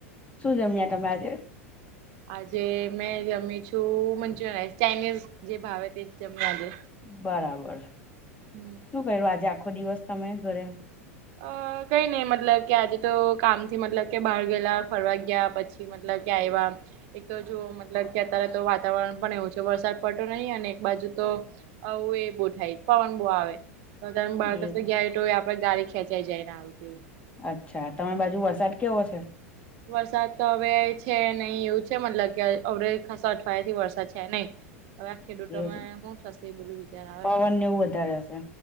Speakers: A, on the left (about 15°); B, on the right (about 50°).
A: શું જમ્યા તમે આજે?
B: આજે મેં જમી છું મંચુરયન રાઇસ, ચાઇનીઝ જે ભાવે તેજ જમી આજે.
A: બરાબર,
B: હમ
A: શું કર્યું આજે આખો દિવસ તમે ઘરે?
B: અ કઈ નઈ, મતલબ કે, આજે તો કામ થી મતલબ કે, બહાર ગયેલા, ફરવા ગયા, પછી મતલબ, ક્યા આયવા? એક તો જુ મતલબ કે, અત્યારે તો વાતાવરણ પણ એવું છે, વરસાદ પડતો નહીં, અને એક બાજુ તો હવે એ બો થાય, પવન બહુ આવે. ત બાળકસ
A: એ
B: ગયેલો, તોય આપડે ગાડી ખેંચાઈ જાય ને, આવવું.
A: અચ્છા, તમે બાજુ વરસાદ કેવો છે?
B: વરસાદ તો હવે છે, નહીં એવું છે, મતલબ કે, અડ ખાસો અઠવાડિયા થી વરસાદ છે નહી. હવે આ ખેડૂતોમાં
A: એવું છે
B: શું થશે? એ બધું વિચાર આવે,
A: પવન ને એવું વધારે હશે